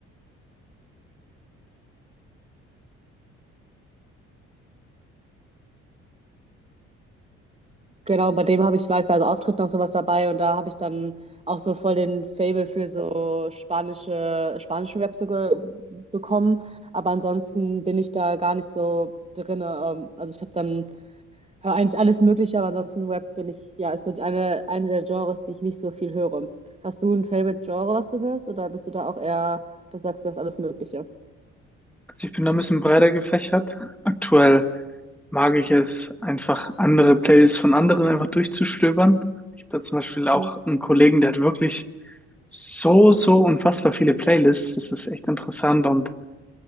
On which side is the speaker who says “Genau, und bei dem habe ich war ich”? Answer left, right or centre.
Right